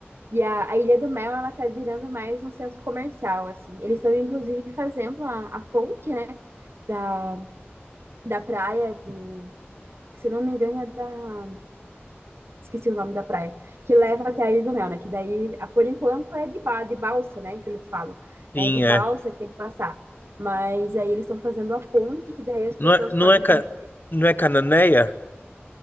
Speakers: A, on the right; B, on the left.
A: E a, a Ilha do Mel, ela tá virando mais um centro comercial, assim. Eles estão, inclusive, fazendo a, a ponte, né, da, da praia de... Se eu não me engano, é da... Esqueci o nome da praia. Que leva até a Ilha do Mel, né? Que daí, a- por enquanto, é de, ba, de balsa, né, que eles falam.
B: Sim,
A: É de balsa
B: é.
A: que tem que passar. Mas aí eles estão fazendo a ponte, que daí as pessoas
B: Não é, não
A: podem...
B: é, ca- não é Cananéia?